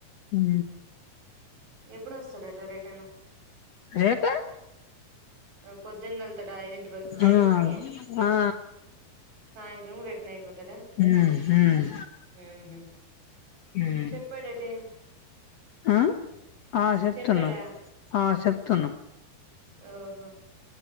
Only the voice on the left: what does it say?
హ
ఏ పే
ఆ
ఆ
ఉమ్ ఉమ్
ఉమ్
ఆ ఆ చెప్తున్నా
ఆ చెప్తున్నా